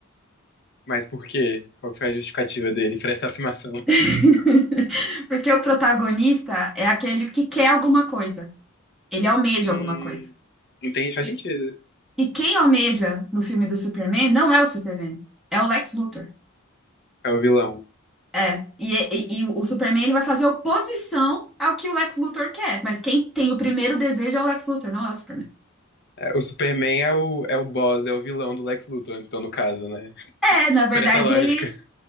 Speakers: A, on the left; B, in the centre.
A: Mas por quê? Qual que foi a justificativa dele pra essa afirmação?
B: <laughs> Porque o protagonista é aquele que quer alguma coisa. Ele almeja
A: Hum,
B: alguma coisa.
A: entende? Faz
B: E,
A: sentido.
B: e quem almeja no filme do Superman não é o Superman, é o Lex Luthor.
A: É o vilão.
B: É, e, e- e o Superman ele vai fazer oposição ao que o Lex Luthor quer, mas quem tem o primeiro desejo é o Lex Luthor, não é o Superman.
A: É, o Superman é o, é o boss, é o vilão do Lex Luthor, então, no caso, né?
B: É, na verdade,
A: Por essa lógica.
B: ele